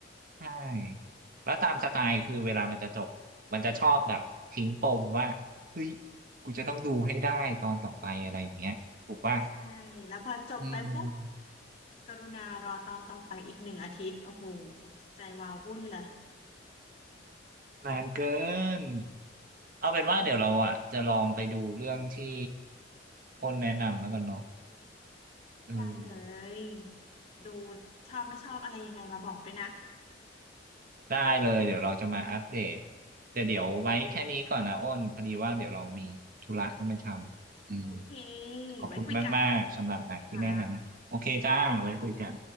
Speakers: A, on the right; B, on the left.
A: ใช่แล้วตามสไตล์คือเวลามันจะจบ มันจะชอบแบบทิ้งปมว่าเฮ้ยกูจะต้องดูให้ได้ตอนต่อไปอะไรอย่างเงี้ยถูกป่ะ
B: ใช่แล้วพอจบไปปุ๊บ
A: อืม
B: กรุณารอตอนต่อไปอีกหนึ่งอาทิตย์ โอ้โหใจวาววุ่นละ
A: นานเกินเอาเป็นว่าเดี๋ยวเราอ่ะจะลองไปดูเรื่องที่
B: จริง
A: คนแนะนำแล้วกันเนาะอืม
B: ได้เลย ดูชอบไม่ชอบอะไรยังไงมาบอกด้วยนะ
A: ได้เลยเดี๋ยวเราจะมาอัปเดตแต่เดี๋ยวไว้แค่นี้ก่อนนะอ้นพอดีว่าเดี๋ยวเรามีธุระต้องไปทำอืม
B: โอเค
A: ขอบคุณมากๆ
B: ไว้คุยกัน
A: สำหรับหนังที่แนะนำโอเคจ้าไว้คุยกัน
B: ค่ะ